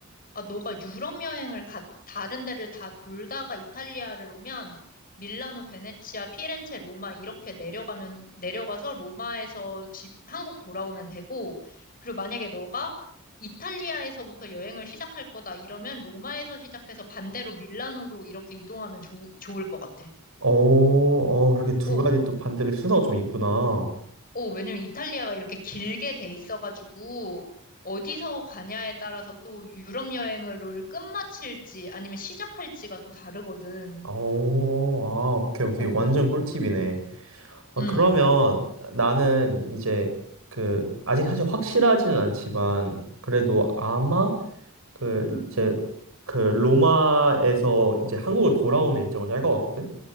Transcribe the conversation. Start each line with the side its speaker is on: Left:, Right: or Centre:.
Left: 아, 너가 유럽 여행을 가, 다른 데를 다 돌다가 이탈리아를 오면 밀라노, 베네치아, 피렌체, 로마 이렇게 내려가면, 내려가서 로마에서 집, 한국 돌아오면 되고, 그리고 만약에 너가 이탈리아에서부터 여행을 시작할 거다 이러면 로마에서 시작해서 반대로 밀라노로 이렇게 이동하면 좋 좋을 것 같아.
Right: 어, 어, 그렇게 두
Left: 어,
Right: 가지 또 반대로 순서가 좀 있구나. 어,
Left: 어, 왜냐면 이탈리아가 이렇게 길게 돼 있어가지고 어디서 가냐에 따라서 또 유럽 여행을 끝마칠지 아니면 시작할지가 또 다르거든.
Right: 아, 오케이, 오케이.
Left: 어,
Right: 완전 꿀팁이네. 아,
Left: 음,
Right: 그러면 나는 이제 그 아직 사실 확실하지는 않지만 그래도 아마 그 이제 그 로마에서 이제 한국을 돌아오는 일정을 짤 것 같거든.